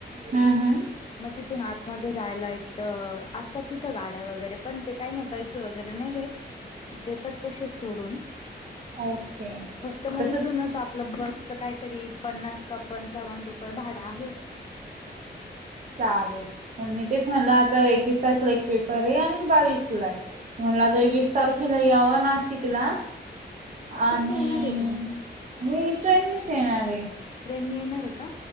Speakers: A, on the right; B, on the left.
A: हम्म हम्म
B: म तिथून आतमध्ये जायला एक तर असतात, तिथं गाड्या वगैरे पण ते काही नाही पैसे वगैरे नाही घेत देतात तशेच सोडून
A: ओके
B: फक्त मग
A: तसच
B: इथूनच आप आपलं बसचं काहीतरी पन्नास का पंचावन्न रुपये भाडं आहे.
A: चालेल म मी तेच म्हटलं आता एकवीस तारीखेला एक पेपर ये आणि बावीसला हाय. म्हणला तर वीस तारखेला यावं नाशिक ला
B: कशी
A: आणि
B: येणार आहे तू
A: मी ट्रेननेच येणार ये
B: ट्रेनने येणार आहे का?